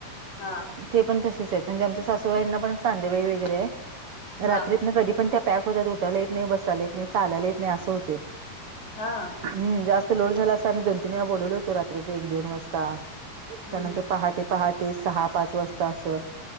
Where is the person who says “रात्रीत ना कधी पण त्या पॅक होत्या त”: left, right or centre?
Right